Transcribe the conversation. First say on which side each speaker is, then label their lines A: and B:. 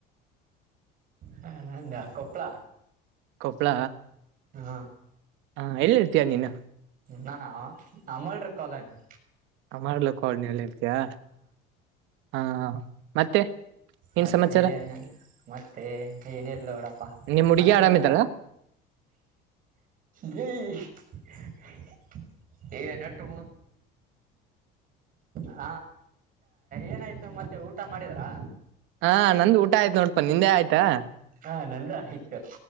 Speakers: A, on the right (about 45°); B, on the right (about 70°).
A: ಹಾ ನಂದ ಕೊಪ್ಪಳ
B: ಕೊಪ್ಪಳ
A: ಹಾ
B: ಹಾ ಎಲ್ಲಿರ್ತೀಯ ನೀನು
A: ನಾನಾ ಅಮಲ್ರ ಕಾಲನಿ
B: ಮಾಡ್ಲ ಕೋಳನಿಲ್ಲ ಇರತಿಯಾ ಹಾ ಮತ್ತೆ
A: ಮತ್ತೇನೆ
B: ಏನ್ ಸಮಾಚಾರ
A: ಮತ್ತೆ ಏನಿಲ್ಲ ನೋಡಪ್ಪ
B: ನಿಮ್ ಹುಡುಗಿ
A: ಮನ್ಗಾಲ್
B: ಆರಾಮಿದ್ದಾಳ
A: ನೀ <unintelligible> ನೆಟಗ ಹ ಏನಾಯ್ತು ಮತ್ತೆ ಊಟ ಮಾಡಿದ್ರಾ
B: ಹಾ ನಂದು ಊಟ ಆಯ್ತು ನೋಡ್ಪ ನಿಂದೆ ಆಯ್ತಾ
A: ಹಾ ನಂದ ಆಯ್ತು